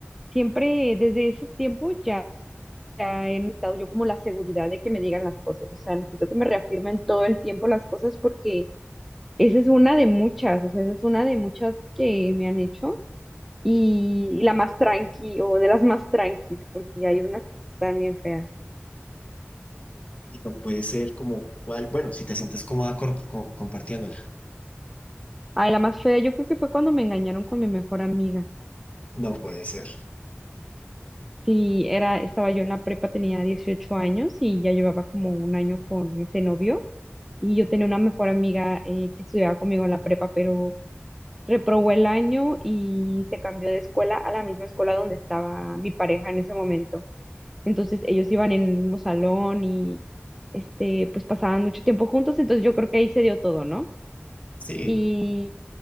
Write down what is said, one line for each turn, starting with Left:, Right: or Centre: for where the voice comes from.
Centre: siempre desde ese tiempo ya he necesitado yo como la seguridad de que me digan las cosas, o sea, necesito que me reafirmen todo el tiempo las cosas porque esa es una de muchas, o sea, esa es una de muchas que me han hecho y la más tranqui o de las más tranquis, porque hay unas que sí están bien feas.
Left: Y no puede ser como cuál. Bueno, si te sientes cómoda cor- co- compartiéndola.
Centre: Ay, la más fea, yo creo que fue cuando me engañaron con mi mejor amiga.
Left: No puede ser.
Centre: Sí, era, estaba yo en la prepa, tenía 18 años y ya llevaba como un año con ese novio. Y yo tenía una mejor amiga eh, que estudiaba conmigo en la prepa, pero reprobó el año y se cambió de escuela a la misma escuela donde estaba mi pareja en ese momento. Entonces ellos iban en el mismo salón y este, pues pasaban mucho tiempo juntos, entonces yo creo que ahí se dio todo, ¿no?
Left: Sí,
Centre: Y